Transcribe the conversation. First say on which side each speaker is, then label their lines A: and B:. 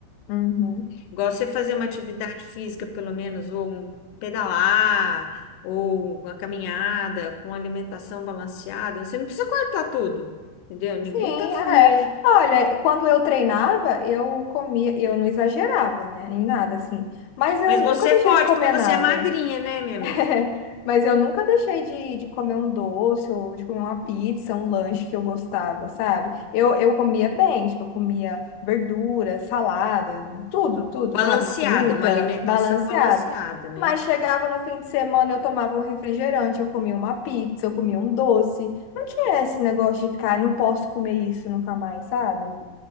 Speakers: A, on the left; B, on the left.
A: Uhum.
B: Igual você fazer uma atividade física, pelo menos, ou um pedalar, ou uma caminhada com alimentação balanceada. Você não precisa cortar tudo, entendeu? Ninguém
A: Sim,
B: tá. fu-
A: é.
B: ni-
A: Olha, quando eu treinava, eu comia, eu não exagerava, né, em nada, assim. Mas eu
B: Mas
A: nunca
B: você
A: deixei
B: pode,
A: de comer
B: porque você
A: nada.
B: é magrinha, né, minha amiga?
A: <laughs> Mas eu nunca deixei de, de comer um doce ou de comer uma pizza, um lanche que eu gostava, sabe? Eu, eu comia bem, tipo, eu comia verdura, salada, tudo, tudo,
B: Balanceada,
A: sabe? Fruta,
B: uma alimentação
A: balanceada.
B: balanceada, né?
A: Mas chegava no fim de semana, eu tomava um refrigerante, eu comia uma pizza, eu comia um doce. Não tinha esse negócio de ficar, "Ai, não posso comer isso nunca mais, sabe?